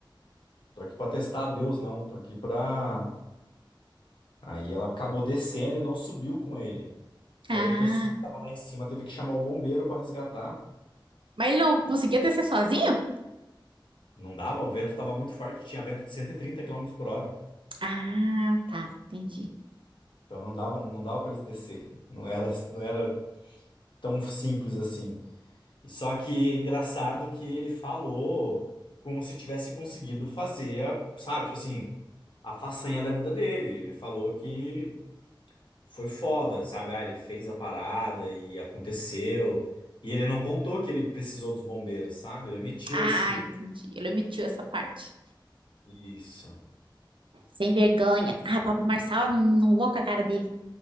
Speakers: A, on the left (about 70°); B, on the right (about 75°).
A: Tô aqui pra testar a Deus, não. Tô aqui pra. Aí ela acabou descendo e não subiu com ele.
B: Ah,
A: E aí o pessoal que estava lá em cima teve que chamar o bombeiro para resgatar.
B: mas ele não conseguia descer sozinho?
A: Não dava, o vento estava muito forte, tinha vento de 130 quilômetros por hora.
B: Ah, tá, entendi.
A: Então não dava, não dava para eles descer. <laughs> Não era, não era tão simples assim. E só que engraçado que ele falou como se tivesse conseguido fazer, a- sabe, tipo assim, a façanha da vida dele. Ele falou que foi foda, sabe? Ah, ele fez a parada e aconteceu. E ele não contou que ele precisou dos bombeiros, sabe? Ele omitiu
B: Ah,
A: esse
B: entendi. Ele omitiu essa parte.
A: isso.
B: Sem vergonha. Ah, Pablo Marçal, não, não vou com a cara dele.